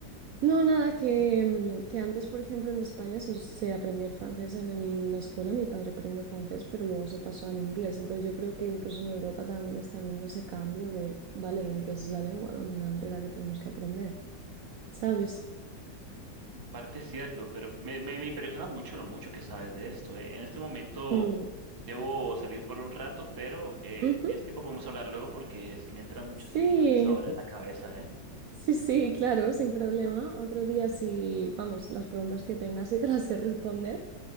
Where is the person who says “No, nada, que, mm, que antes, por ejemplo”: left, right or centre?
Right